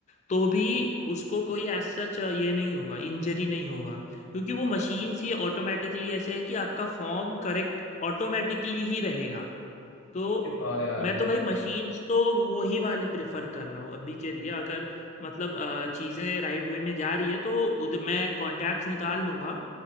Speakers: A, on the left; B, on the left.
A: तो भी उसको कोई एज सच ये नहीं होगा इंजरी नहीं होगा क्योंकि वो मशीन सी ऑटोमेटिकली ऐसे है कि आपका फॉर्म करेक्ट ऑटोमेटिकली ही रहेगा तो
B: अरे वाह यार
A: मैं तो भाई मशीन्स तो वो ही वाले प्रेफर कर रहा हूँ अभी के लिए अगर मतलब अ, चीज़ें राइट वे में जा रही है तो उधर मैं कॉन्टैक्ट्स निकाल लूँगा